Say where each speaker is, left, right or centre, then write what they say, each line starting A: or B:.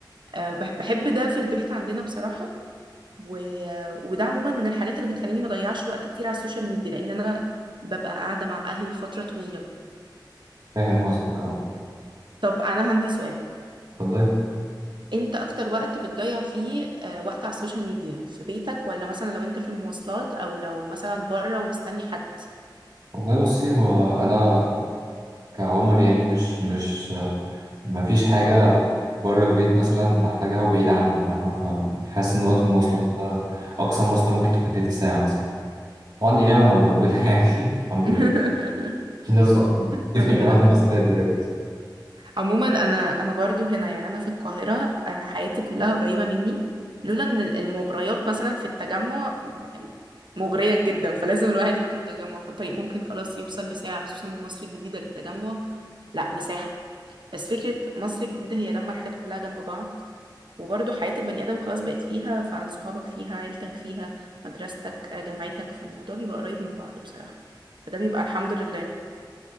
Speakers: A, on the right; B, on the right.
A: آه، بح- بحب ده في البيت عندنا بصراحة و... آه، وده عموما من الحاجات اللي بتخليني ما اضيعش وقت كتير على السوشيال ميديا لان انا ببقى قاعدة مع اهلي لفترة طويلة
B: فاهم قصدك اه
A: طب انا عندي سؤال
B: اتفضلي
A: انت اكتر وقت بتضيع فيه آه، وقت على السوشيال ميديا في بيتك ولا مثلا لو انت في المواصلات او لو مثلا بره ومستني حد
B: والله بصي هو انا كعمر يعني مش مش ما فيش حاجة بره البيت مثلا بحتاجها وبعيد عني فاهمة فحاسس إن وقت المواصلات
A: مم.
B: ده أقصى مواصلة ممكن تكون تلت ساعة مثلا وعندي نعمة من عند ربنا <laughs> يعني الحمد
A: <laughs>
B: لله في ناس بتقف- بتفني
A: الحمد
B: عمرها
A: لله
B: في المسافات بجد
A: عموما انا انا برضو هنا يعني انا في القاهره آه، حياتي كلها قريبه مني لولا ان ال- المغريات مثلا في التجمع مغريه جدا فلازم الواحد يروح التجمع فالطريق ممكن خلاص يوصل لساعه خصوصا من مصر الجديده للتجمع لا مساحه بس فكره مصر الجديده هي لما الحاجات كلها جنب بعض وبرضو حياه البني ادم خلاص بقت فيها فعن صحابك فيها عيلتك فيها مدرستك آه، جامعتك فالموضوع بيبقى قريب من بعضه بصراحه فده بيبقى الحمد لله